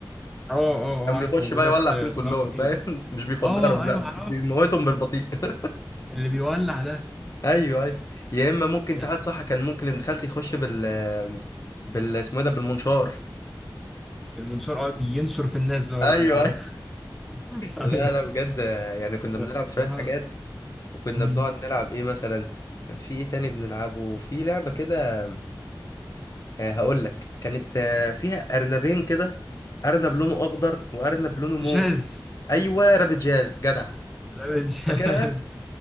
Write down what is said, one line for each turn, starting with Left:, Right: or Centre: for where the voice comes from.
Centre: اه اه
Left: كان
Centre: آه، عارفه
Left: بيخش
Centre: بيضرب
Left: بقى يولع
Centre: س-
Left: فيهم كلهم
Centre: طلاب كتير
Left: فاهم <laughs> مش بيفجرهم
Centre: اه ايوه
Left: لا
Centre: عرفته
Left: بيموتهم بالبطيء <laughs>
Centre: اللي بيولع ده
Left: ايوه ايوه يا اما ممكن
Centre: يا
Left: ساعات
Centre: نهار
Left: صح
Centre: أبيض.
Left: كان ممكن ابن خالتي يخش بال بال اسمه ايه ده بالمنشار
Centre: المنشار قاعد ينشر في الناس بقى
Left: ايوه
Centre: اه
Left: ايوه
Centre: <laughs>
Left: لا
Centre: ايوه
Left: لا بجد يعني كنا
Centre: لا،
Left: بنلعب
Centre: بصراحه
Left: شويه حاجات وكنا
Centre: مم.
Left: بنقعد نلعب ايه مثلا كان في ايه تاني بنلعبه في لعبه كده هقول لك كانت آه، فيها ارنبين كده ارنب لونه اخضر وارنب لونه مو
Centre: جاز
Left: ايوه رابط جاز جدع
Centre: راب الجاز
Left: فاكرها